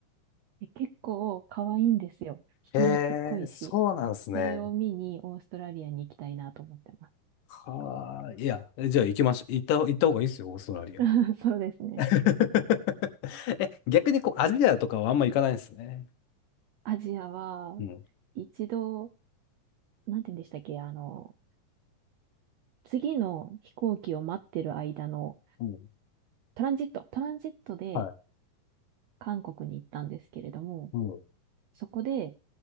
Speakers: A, on the right; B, on the left.
A: え結構可愛いんですよ。人懐っこいし。
B: えー、そうなんすね。
A: それを見にオーストラリアに行きたいなと思ってま
B: はあ、いや、えじゃあ行きましょう。行った、行った方がいいですよ、オーストラリア。
A: す。<laughs> そうですね。
B: <laughs> え、逆にこう、アジアとかはあんま行かないんですね。
A: アジアは、
B: うん。
A: 一度、なんて言うんでしたっけ、あの、次の飛行機を待ってる間の
B: うん。
A: トランジット、トランジットで
B: はい。
A: 韓国に行ったんですけれども、
B: うん。
A: そこで、